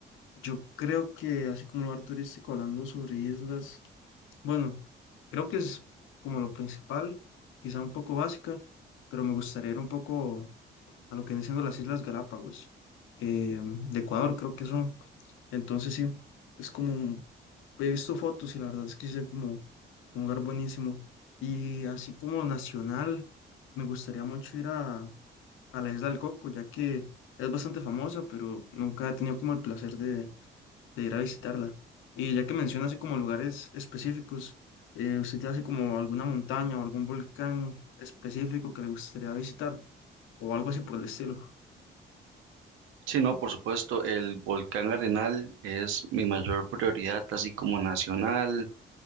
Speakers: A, on the left; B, on the right.
A: Yo creo que, así como lugar turístico, hablando sobre islas, bueno, creo que es como lo principal, quizá un poco básica, pero me gustaría ir un poco a lo que vienen siendo las Islas Galápagos, eh, de Ecuador, creo que son. Entonces sí, es como, un- he visto fotos y la verdad es que es como un lugar buenísimo. Y así como nacional, me gustaría mucho ir a, a la Isla del Coco, ya que es bastante famosa, pero nunca he tenido como el placer de, de ir a visitarla. Y ya que menciona así como lugares específicos, eh, ¿usted tiene así como alguna montaña o algún volcán específico que le gustaría visitar o algo así por el estilo?
B: Sí, no, por supuesto, el volcán Arenal es mi mayor prioridad, así como nacional